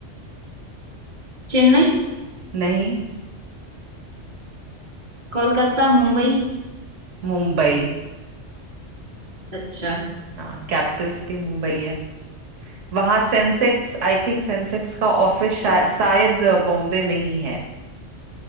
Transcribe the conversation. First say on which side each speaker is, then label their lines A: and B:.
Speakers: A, on the right; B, on the right.
A: चेन्नई
B: नहीं
A: कोलकाता मुंबई
B: मुंबई
A: अच्छा
B: हाँ कैपिटल सिटी मुंबई है वहाँ सेंसेक्स आई थिंक सेंसेक्स का ऑफिस शा, शायद बॉम्बे में ही है